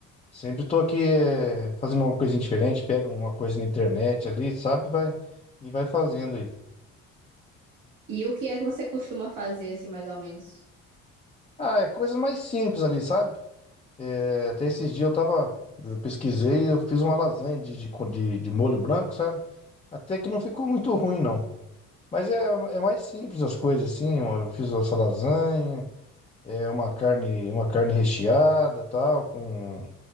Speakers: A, on the left (about 20°); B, on the right (about 65°).
A: sempre tô aqui eh, fazendo uma coisinha diferente, pego uma coisa na internet ali, sabe, vai, e vai fazendo aí.
B: E o que é que você costuma fazer, assim, mais ou menos?
A: Ah, é coisas mais simples ali, sabe? É, até esses dias eu tava. Eu pesquisei e eu fiz uma lasanha de, de, co- de, de molho branco, sabe? Até que não ficou muito ruim, não. Mas é, é mais simples as coisas, assim. Eu fiz essa lasanha, é uma carne, uma carne recheada, tal, com,